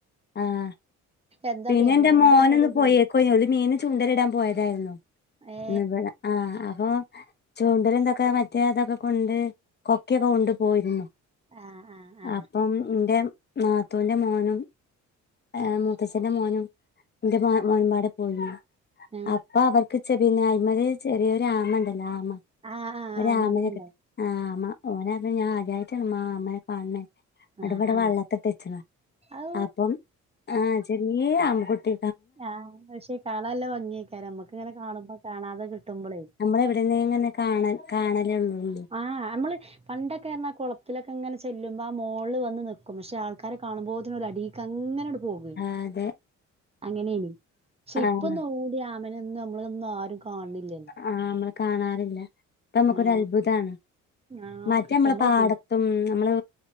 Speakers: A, on the left (about 35°); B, on the right (about 20°).
A: ആഹ്
B: എന്താ
A: പിന്നെ
B: പെരുന്നാളിന്റെ
A: എന്റെ മോന്
B: ഒന്നും ഒരിതില്ല
A: ന്ന് പൊയേക്കോയി ഓല് മീന് ചൂണ്ടേലിടാൻ പോയതായിരുന്നു.
B: ഏ
A: <unintelligible> ആഹ് അപ്പൊ ചൂണ്ടല്ണ്ടാക്കാൻ മറ്റേ അതൊക്കെ കൊണ്ട് കൊക്കിയൊക്കെ കൊണ്ട് പോയിരുന്നു
B: ആ ആ ആ
A: അപ്പം എന്റെ നാത്തൂന്റെ മോനും ഏ മുത്തച്ഛന്റെ മോനും ന്റെ മോൻമ്പാടെ പോയിരുന്നു
B: ആ
A: അപ്പൊ അവർക്ക് <unintelligible> അതിമ്മല് ചെറിയൊരു ആമ ഇണ്ടല്ലോ ആമ
B: ആ ആ
A: ഒരാമനെ
B: ആ മകളുണ്ടാവും
A: കിട്ടി ആഹ് ആമ ഓന് അർഞ്ഞ് ഞാൻ ആദ്യായിട്ടാണുമ്മാ ആമേനെ കാണണേ അട്
B: ആ ആ
A: വിടെ
B: ആ
A: വെള്ളത്തിട്ടേച്ചണ്.
B: ഔ
A: അപ്പം യ്യേ ആമകുട്ടി
B: ആഹ് പക്ഷേ കാണല്ല ഭംഗിയേക്കാര നമ്മക്കിങ്ങനെ കാണുമ്പോ കാണാതെ കിട്ടുമ്പോളേ
A: നമ്മള് ഇവിടുന്നേ ഇങ്ങനെ കാണ കാണലേ ഉള്ളൂ
B: ആഹ് നമ്മള് പണ്ടൊക്കെ എന്നാ കുളത്തിലക്കെ ഇങ്ങനെ ചെല്ലുമ്പോൾ ആ മോളിൽ വന്ന് നൽക്കും പക്ഷെ ആൾക്കാരെ കാണുമ്പോത്തിന്‌ ഒര് അടീക്ക അങ്ങനെ എടുക് പോകുവേ
A: ആഹ് അതെ
B: അങ്ങനയാണ് ക്ഷെ
A: ആഹ്
B: ഇപ്പൊ നോ <unintelligible> അങ്ങനൊന്നും നമ്മളൊന്നും ആരും കാണണില്ലല്ലോ
A: ആഹ് നമ്മള് കാണാറില്ല ഇപ്പ നമക്കൊര
B: ആ
A: അത്ഭുതാണ്.
B: ആ
A: മറ്റേ
B: കിട്ടുമ്പോ
A: നമ്മള് പാടത്തും
B: പിന്നെ
A: നമ്മള്